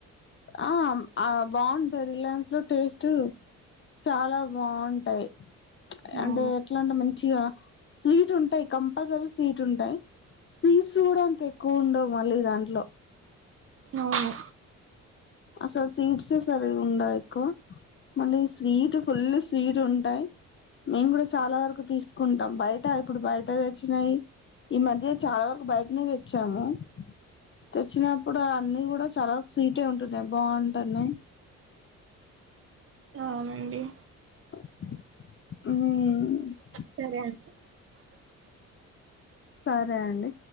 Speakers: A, on the left (about 40°); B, on the right (about 45°).
A: ఆ ఆ బాగుంటాయి రిలయన్స్ లో టేస్ట్ చాలా బాగుంటాయి అంటే
B: అవును
A: ఎట్లా అంటే మంచిగా స్వీట్ ఉంటాయి కంపల్సరీ స్వీట్ ఉంటాయి స్వీట్స్ కూడా అంత ఎక్కువ ఉండవు మళ్ళీ దాంట్లో
B: అవును
A: అసలు స్వీట్సే సరిగా ఉండవు ఎక్కువ మళ్ళీ స్వీట్ ఫుల్ స్వీట్ ఉంటాయి మేము కూడా చాలా వరకు తీసుకుంటాం బయట ఇప్పుడు బయట తెచ్చినాయి ఈ మధ్య చాలా వరకు బయటనే తెచ్చాము తెచ్చినప్పుడు అన్ని కూడా చాలా వరకు స్వీటే వుంట్ బాగుంటన్నయి
B: అవునండి
A: అ మ్మ్
B: సరే ఐతే
A: సరే అండి